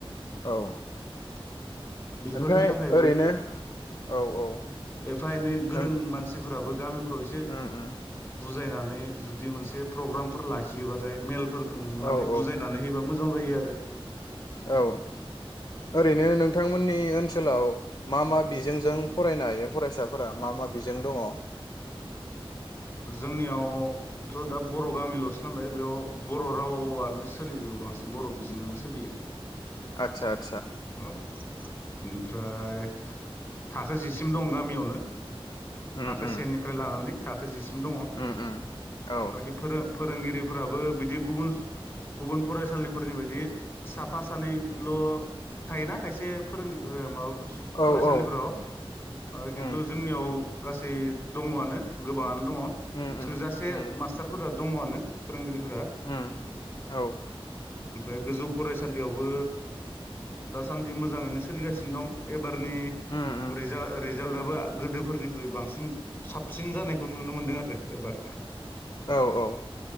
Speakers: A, on the left; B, on the left.
A: औ
B: <inaudible> बेफोरनि
A: ओमफ्राय
B: थाखाय
A: ओरैनो औ औ
B: एफा एनै गोरों
A: नों
B: मानसि फोराबो गामि फोराव एसे बुथ
A: उम उम
B: बुजायनानै जुदि मोनसे प्रग्रामफोर लाखियोबाथाय मेल फोर खुंनानै
A: औ औ
B: बुजायनानै होयोबा मोजां जायो आरो
A: औ ओरैनो नोंथां मोननि ओनसोलाव मा मा बिजोंजों फरायनो हायो फरायसाफोरा मा मा बिजों दङ?
B: जोंनियावथ' दा बर' गामिल'सो नालाय बेयाव बर' रावआनो सोलिजोबो। बांसिन बर' बिजोंआनो सोलियो
A: आतसा
B: औ बेनिफ्राय थाखो जिसिम दं गामियावनो
A: उम
B: थाखो
A: उम
B: सेनिफ्राय लानानै थाखो जिसि दङ
A: उम उम औ
B: बाखि फोरों फोरोंगिरिफोराबो बिदि गुबुन गुबुन फरायसालिफोरनि बायदि साफा सानैल' थायोना खायसे फोरों ओ माबा
A: औ
B: फरायसालिफोराव
A: औ
B: ओ खिन्थु
A: उम
B: जोंनियाव गासै दङआनो गोबाङानो दङ
A: उम
B: थोजासे
A: उम उम
B: मास्टारफोरा दङआनो फोरोंगिरि फोरा
A: उम औ
B: ओमफ्राय गोजौ फरायसालियावबो दासान्दि मोजाङैनो सोलिगासिनो दं एबार- नि
A: उम उम
B: रिजा-रि- जाल्टआबो गोदोफोरनिख्रुइ बांसिन साबसिन जानायखौ नुनो मोनदों आरो एबार
A: औ औ।